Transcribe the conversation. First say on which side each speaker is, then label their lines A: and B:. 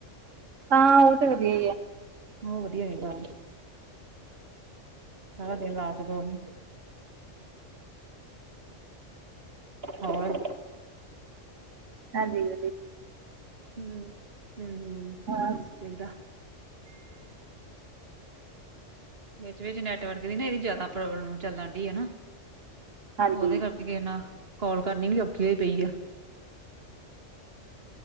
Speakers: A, on the right; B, on the right.
A: ਹਾਂ ਓ ਤੇ ਵਦੀਆ ਈ ਐ।
B: ਓ ਵਦੀਆ ਰੈਂਦਾ, ਸਾਰਾ ਦਿਨ ਲਾ ਕੇ ਦੋ ਓਨੂੰ। ਹੋਰ
A: ਤਾਜੀਵ
B: ਹੂੰ-ਹੂੰ-ਹੂੰ
A: ਹਾਂ
B: ਠੀਕ ਚਾਈਦਾ। ਵਿਚ-ਵਿਚ ਨੈਟਵਰਕ ਦੀ ਨਾ ਏਦੀ ਜਾਦਾ ਪ੍ਰੋਬਲਮ ਚੱਲਣ ਡਈ ਐ ਨਾ
A: ਹਾਂਜੀ
B: ਓਦੇ ਕਰ ਕੇ ਨਾ ਕੌਲ ਕਰਨੀ ਵੀ ਔਖੀ ਹੋਈ ਪਈ ਆ।